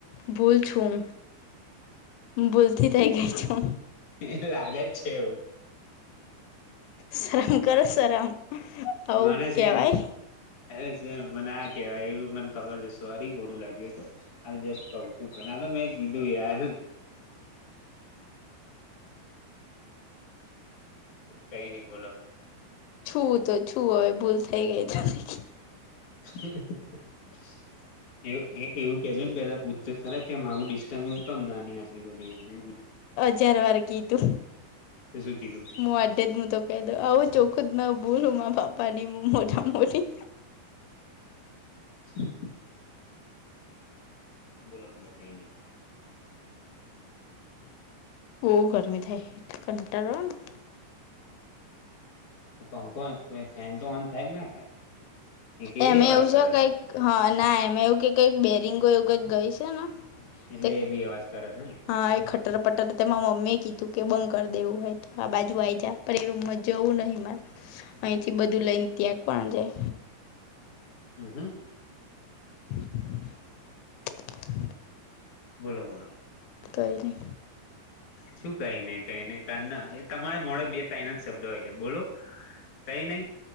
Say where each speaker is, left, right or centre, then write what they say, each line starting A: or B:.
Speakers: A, on the left (about 90°); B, on the left (about 40°).
A: ભૂલ છું ભૂલથી થઇ
B: છે
A: ગઈ છું.
B: એ લાગે જ એવું.
A: શરમ કરો શરમ આવું
B: મને છે
A: કેવાય.
B: એની અરે સ મને ના કેવાય એવું મને ખબર જ. સોરી ખોટું લાગ્યું હોય તો આ જસ્ટ કઉ છું પણ આ તો મેં કીધું યાર હ <inaudible> કઈ નઈ બોલો.
A: છું તો છું હવે ભૂલ થઈ ગઈ છે.
B: જ <inaudible> એવું એ એવું કેજો ને પેલા પુછજે ખરા કેમ આવું ડિસ્ટન્સ હું કેમ નાની હતી. એટલી બધી એમનુ.
A: હજાર વાર કિધુ
B: તો શું કીધું
A: મોઢે મુું તો. કે દો આવું ચોખું જ ન ભૂલું મા પાપાની હ મોટા મોટી.
B: હ <inaudible> બોલો બોલો કઈ નહી.
A: બહુ ગરમી થાય કંટાળો આવે.
B: પંખો અ ફે ફેન તો ઓન થાય કે ના થાય. એ કે
A: એમે
B: એ અવાજ
A: એવું
B: કરે
A: છે કઈક હ ના એમે એવું કે કઈ બેરિંગો એવું કઈક ગઈ છે ને.
B: એટલે
A: તે
B: એ બી અવાજ કરે છે ને.
A: હા એ ખટ્ટર પટર તેમાં મમ્મી એ કીધું કે બંગ કરી દેવું હોય તો આ બાજુ આઈ જા. પણ એ રૂમમાં જવું નહી મારે અહીંથી બધું લઈને ત્યાં કોણ જાય.
B: હમ હમ.
A: <unintelligible>
B: બોલો બોલા.
A: કાઈ નહી.
B: શું કઈ નઈ કઈ નઈ કાન એ તમારે મોડે. બે તઇના જ શબ્દ હોય કે બોલો કઈ નહી